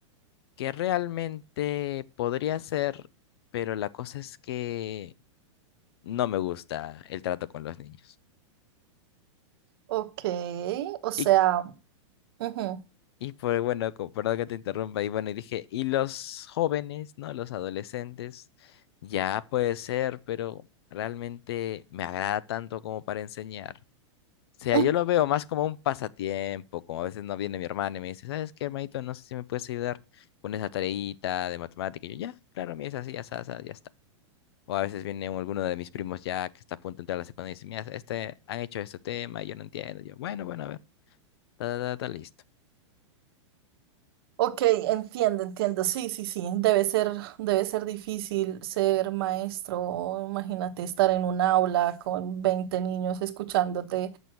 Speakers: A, on the left (about 55°); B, on the right (about 50°).
A: que realmente podría ser, pero la cosa es que no me gusta el trato con los niños.
B: Ok, o sea,
A: Y,
B: ujú,
A: y pues bueno, co- perdón que te interrumpa, y bueno, y dije, y los jóvenes, ¿no? Los adolescentes, ya puede ser, pero realmente me agrada tanto como para enseñar. O sea,
B: mm,
A: yo lo veo más como un pasatiempo, como a veces no viene mi hermana y me dice, ¿sabes qué, hermanito? No sé si me puedes ayudar con esa tareita de matemática. Y yo, ya, claro, mira, es así, ya está, ya está. O a veces viene alguno de mis primos ya que está a punto de entrar a la secundaria y dice, mira, este, han hecho este tema y yo no entiendo. Yo, bueno, bueno, a ver. Ta, ta, ta, ta, listo.
B: Ok, entiendo, entiendo. Sí, sí, sí. Debe ser, debe ser difícil ser maestro. Imagínate estar en un aula con 20 niños escuchándote,